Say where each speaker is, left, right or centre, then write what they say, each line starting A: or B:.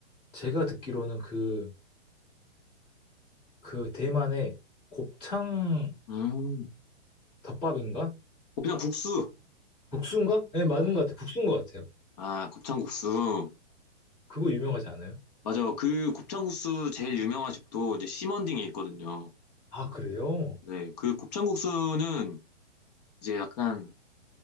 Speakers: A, on the left (about 20°); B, on the left (about 35°).
A: 제가 듣기로는 그, 그 대만의 곱창
B: 음.
A: 덮밥인가?
B: 곱창국수.
A: 국수인가? 네, 맞는
B: 아,
A: 것 같아요. 국수인 것 같아요.
B: 아, 곱창국수.
A: 그거 유명하지 않아요?
B: 맞아요. 그 곱창국수 제일 유명한 집도 이제 심원딩에 있거든요.
A: 아, 그래요?
B: 네, 그 곱창국수는 이제 약간